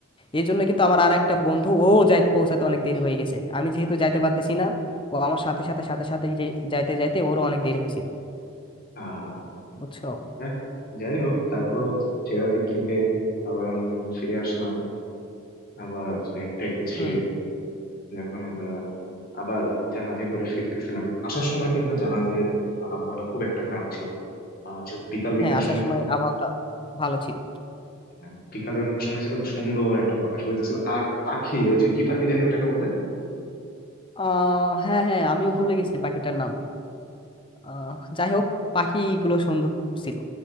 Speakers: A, on the left; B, on the left.
A: এই জন্য কিন্তু আমার আর একটা বন্ধু ও যাইতে পৌঁছাতে অনেক দেরি হয়ে গেছে আমি যেহেতু যাইতে পারতেছি না ও আমার সাথে সাথে সাথে সাথে যে যাইতে যাইতে ওরও অনেক দেরি হয়েছিল
B: আহ
A: বুঝছো
B: যাক, যাই হোক তারপরও সেরাদ্বীপ থেকে আবার আমরা যখন ফিরে আসলাম আবার ব্যাগটা গুছিয়ে
A: হুম
B: যখন আমরা আবার জাহাজে করে ফিরতেছিলাম আসার সময় কিন্তু জাহাজের আবহাওয়াটা খুব একটা খারাপ ছিল না আহ যেহেতু বিকাল বিকাল
A: হ্যাঁ আসার
B: সময়
A: সময় আবহাওয়াটা ভালো ছিল
B: হ্যাঁ, বিকালের মতো সময় ছিল তো সুন্দর একটা বাতাস বইতেছিল আর পাখি ওই যে কি পাখি জানি ওটাকে বলে
A: আহ হ্যাঁ হ্যাঁ আমিও ভুলে গেছি পাখিটার নাম আহ যাই হোক পাখিগুলো সুন্দর ছিল